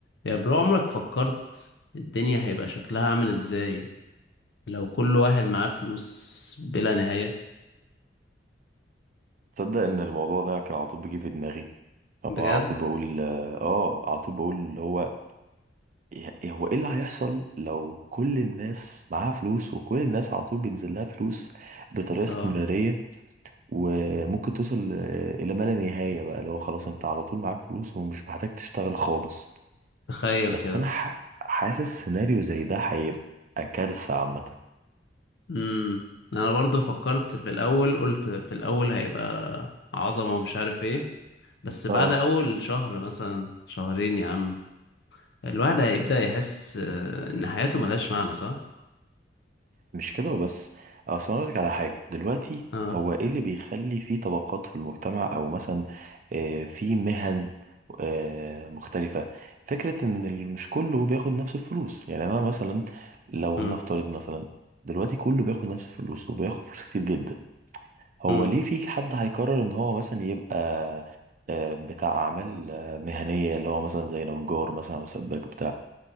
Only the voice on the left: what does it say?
يا برو عمرك فكرت الدنيا هيبقى شكلها عامل ازاي لو كل واحد معاه فلوس بلا نهاية
بجد
اه
تخيل
كده
امم انا برضو فكرت في الاول قلت في الاول هيبقى عظمة ومش عارف ايه بس بعد
اول شهر مثلا شهرين يا عم الواحد هيبدأ يحس آه، ان حياته ملهاش معنى صح
اه
امم
امم